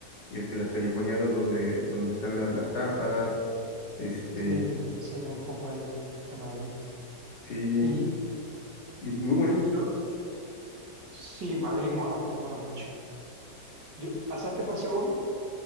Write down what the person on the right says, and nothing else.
Sí, te enseña un poco ahí de Madrid.
Y
lo- sí, Madrid mola, mola mucho. Yo, ¿pasaste por Segovia?